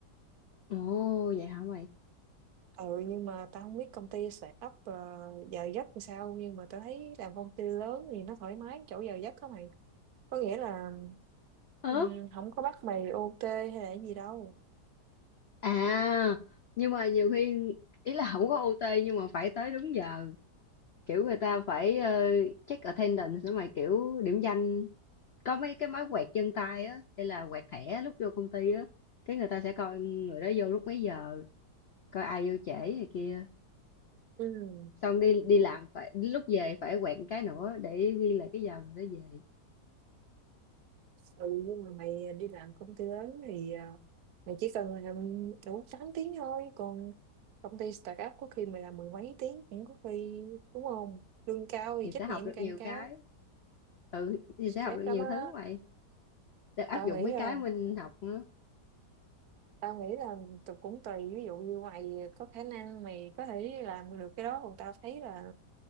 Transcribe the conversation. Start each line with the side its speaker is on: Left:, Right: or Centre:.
Left: ồ vậy hả mày?
Right: ừ nhưng mà tao không biết công ty start up uh, giờ giấc làm sao nhưng mà tao thấy làm công ty lớn thì nó thoải mái chỗ giờ giấc đó mày có nghĩa là
Left: Ờ?
Right: ừm, không có bắt mày OT hay là gì đâu
Left: À, nhưng mà nhiều khi ý là không có OT nhưng mà phải tới đúng giờ Kiểu người ta phải, ờ, check attendance nữa mà, kiểu, điểm danh có mấy cái máy quẹt chân tay á, hay là quẹt thẻ lúc vô công ty á, cái người ta sẽ coi người đó vô lúc mấy giờ, coi ai vô trễ này kia.
Right: ừ.
Left: Xong đi đi làm phải lúc về phải quẹt cái nữa để ghi lại cái giờ người đó về
Right: ừ nhưng mà mày đi làm công ty lớn thì à, mày chỉ cần làm đủ 8 tiếng thôi còn công ty start up có khi mày làm mười mấy tiếng cũng có khi đúng không lương cao thì
Left: thì
Right: trách
Left: sẽ học
Right: nhiệm
Left: được
Right: càng
Left: nhiều
Right: cao
Left: cái. Ừ, thì
Right: stress
Left: sẽ học được
Right: lắm
Left: nhiều
Right: á
Left: thứ mày. Được áp
Right: tao
Left: dụng
Right: nghĩ
Left: mấy
Right: là
Left: cái mình học nữa.
Right: tao nghĩ là tụi cũng tùy ví dụ như mày có khả năng mày có thể làm được cái đó còn tao thấy là